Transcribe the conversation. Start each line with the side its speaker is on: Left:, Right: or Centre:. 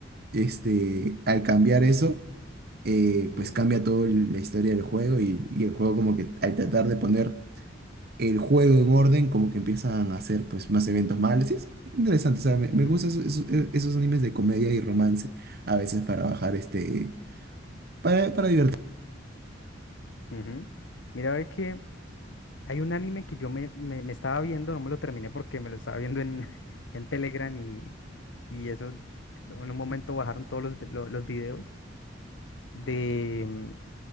Right: este, al cambiar eso, eh,
Left: ujú,
Right: pues cambia toda la historia del juego y, y el juego como que al tratar de poner el juego en orden, como que empiezan a hacer pues más eventos malos. y es interesante, o sea, me, me
Left: ujú,
Right: gustan esos, esos- e- esos animes de comedia y romance a veces para bajar este, para, para divertir.
Left: ujú. Mira, ve que hay un anime que yo me, me- me estaba viendo, no me lo terminé porque me lo estaba viendo en, <laughs> en Telegram y, y eso, en un momento bajaron todos los, vi- lo- los videos de